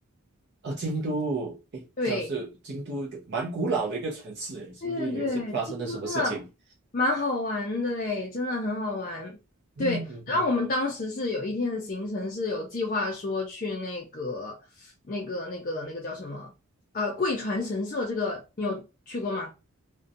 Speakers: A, on the right; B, on the left.
A: 啊，京都，哎，
B: 对，
A: 它是京都一个蛮古老的一个城市，哎，是不是有一些发生了什么事情？
B: 对对对，京都真的蛮好玩的嘞，真的很好玩。对，
A: 嗯嗯嗯，
B: 然后我们当时是有一天的行程是有计划说去那个、那个、那个、那个叫什么？呃，贵船神社，这个你有去过吗？